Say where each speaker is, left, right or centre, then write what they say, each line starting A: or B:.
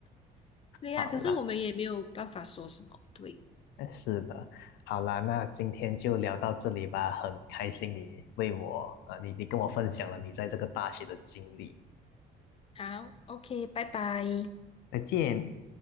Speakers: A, on the left; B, on the left.
A: 对呀，
B: 好啦，
A: 可是我们也没有办法说什么。对，
B: 呃是的，好啦，那今天就聊到这里吧。很开心你为我，啊，你你跟我分享了你在这个大学的经历。
A: 好，OK，拜拜。
B: 再见。